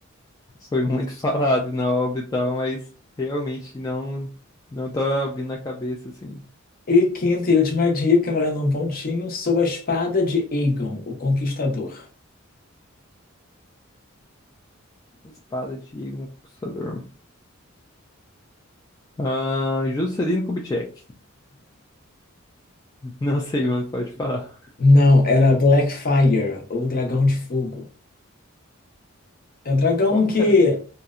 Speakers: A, on the left; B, on the left.
A: Foi muito <laughs> falado na obra e tal, mas realmente não não tá vindo na cabeça assim.
B: E quinta e última dica, morando um pontinho, sou a espada de Aegon, o Conquistador.
A: Espada de Egon Conquistador. Ah, Juscelino Kubitschek. <laughs> Não sei, mano, pode falar.
B: Não, era Blackfyre, ou Dragão de Fogo. É o dragão
A: Como,
B: que.
A: cara?